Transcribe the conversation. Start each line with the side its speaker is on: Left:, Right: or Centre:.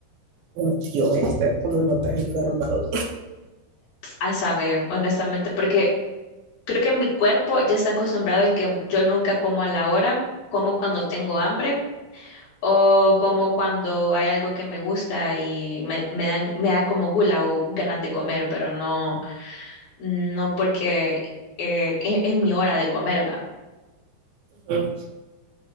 Right: Por Dios, este, como no te has enfermado.
Left: A saber, honestamente, porque creo que mi cuerpo ya está acostumbrado en que yo nunca como a la hora, como cuando tengo hambre o como cuando hay algo que me gusta y me, me dan, me da como gula o ganas de comer, pero no, no porque eh, es, es mi hora de comer, va.
Right: Ujú.